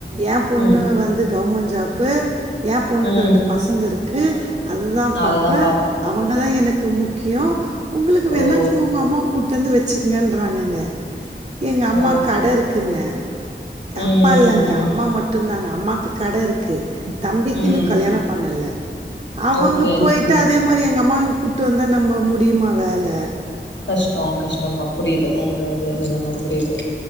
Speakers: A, on the right (about 40°); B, on the left (about 80°).
A: ஏ பொண்ணு
B: ம்
A: வந்து கவ்மன்ட் ஜாப்பு எ பொண்ணுக்கு
B: ம்
A: ரெண்டு பசங்கருக்கு அது தா
B: நா
A: பாப்பே
B: அததா
A: அவங்க தா எனக்கு முக்கியோ உங்களுக்கு வேணா
B: ஓ
A: நீங்க உங்க அம்மாவ கூட் ட்டு வந்து வச்சுங்கன்றாங்கங்க எங்க
B: ஓ
A: அம்மா கட இருக்குங்க
B: ம்
A: அப்பா இல்லங்க அம்மா மட்டுந்தாங்க அம்மாக்கு கட இருக்கு தம்பிக்கு
B: ம்
A: இன்னு கல்யாணோ பண்ணல அவங்க
B: ஓகே
A: போய் ட்டு அதே மாரி எங்கம்மாவ இங்க கூட்டு வந்தா நம்ம முடிமா வேல
B: கஷ்டோ கஷ்டோப்பா புரிது உங்கது நெலம புரிது